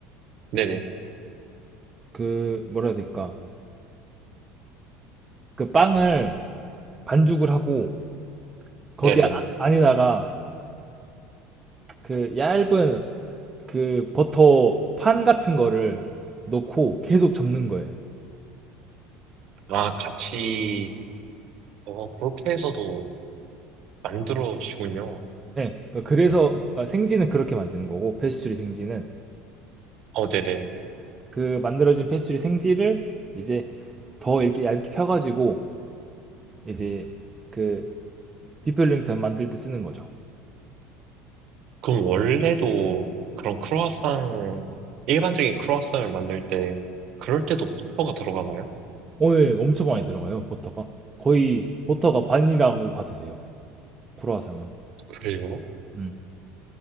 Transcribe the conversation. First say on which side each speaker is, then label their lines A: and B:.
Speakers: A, on the right; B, on the right.
A: 네네,
B: 그 뭐라 해야 될까 그 빵을 반죽을 하고 거기
A: 네네.
B: 아, 안에다가 그 얇은 그 버터 판 같은 거를 넣고 계속 접는 거예요.
A: 아, 같이, 어, 그렇게 해서도 만들어지군요.
B: 네, 그래서 생지는 그렇게 만드는 거고 페스츄리 생지는
A: 어, 네네.
B: 그 만들어진 페스츄리 생지를 이제 더 이렇게 얇게 펴가지고 이제 그 비펠링턴 만들 때 쓰는 거죠.
A: 그럼 원래도 그런 크루아상, 일반적인 크루아상을 만들 때, 그럴 때도 버터가 들어가나요? 아,
B: 오 엄청 많이 들어가요, 버터가. 거의 버터가 반이라고 봐도 돼요. 크로아상은.
A: 그래요?
B: 음.